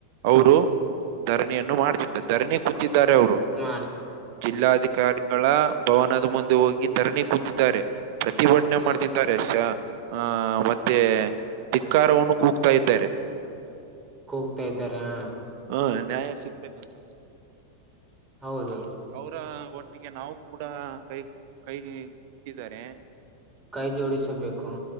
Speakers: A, on the right; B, in the centre.
A: ಅವರು. ಧರಣಿಯನ್ನು ಮಾಡ್ಸ ಧರಣಿ ಕುಂತಿದ್ದಾರೆ ಅವರು.
B: ಮಾಡ್.
A: ಜಿಲ್ಲಾಧಿಕಾರಿಗಳ ಭವನದ ಮುಂದೆ ಹೋಗಿ ಧರಣಿ ಕೂತಿದ್ದಾರೆ. ಪ್ರತಿಭಟನೆ
B: ಹ
A: ಮಾಡ್ತಿದ್ದಾರೆ. ಆ ಮತ್ತೆ ತಿಕ್ಕಾರವನ್ನು ಕೂಗ್ತಾ ಇದ್ದಾರೆ.
B: ಕೂಗ್ತಾ ಇದ್ದಾರ. ಹಾ
A: ಹ ನ್ಯಾಯ ಸಿಗ್ಬೇಕಂತ
B: ಹೌದು.
A: ಅವ್ರ ಅವರ ಒಟ್ಟಿಗೆ ನಾವು ಕೂಡ ಕೈ ಕೈಗೆ ಇಟ್ಟಿದ್ದಾರೆ
B: ಕೈ ಜೋಡಿಸಬೇಕು.